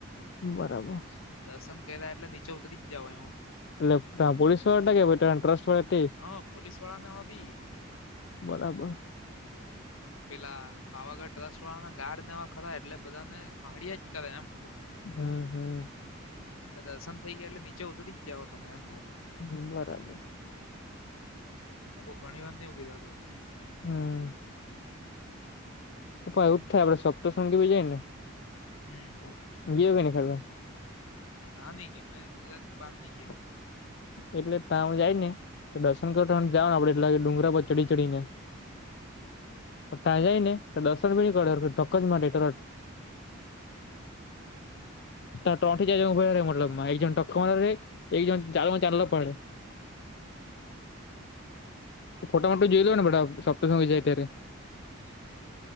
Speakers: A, on the left; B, on the left.
A: બરાબર
B: દર્શન કર્યા એટલે નીચે ઉતરી જવાયું.
A: એટલે પોલીસ વાળા હટા કે ટ્રસ્ટ વાળા તે-
B: હા પોલીસ વાળ ને એવા બી
A: બરાબર
B: પેલા પાવાગઢ ટ્રસ્ટ વાળાના ગાર્ડ ને એવા ખરા એટલે બધાને ખહડિયા જ કરે એમ
A: હમ્મ હમ્મ
B: એટલે દર્શન થઈ ગયા એટલે નીચે ઉતર જાવઓ તમે એમ.
A: હ બરાબર
B: એ બો ઘણી વાર ની ઉભી રેવા દેય હું?
A: હમ્મ હ તે એવું જ થાય આપડે સપ્તશૃંગી બી જાય ને.
B: હમ્મ
A: ગીયો કે ની <unintelligible>
B: તા નઈ ગીયો મેં ગુજરાતના બાર ની ગીયો.
A: એટલે તાવ જાય ને તો દર્શન કરતા જાવ આપડે એટલા કે ડુંગરા પર ચડી ચડીને તાં જાય ને તો દર્શન બી ની કરવા દે હરખું ધક્કોજ મારી દેય તરત તા તન થી ચાર જણ ઉભા રે રે મલબમાં એક જણ ધક્કો મારવા રેય એક જન ચાલવા <inaudible> પડે ફોટામાં બી જોઈલુ ને બધા સપ્તશૃંગી જાય ત્યારે
B: <unintelligible>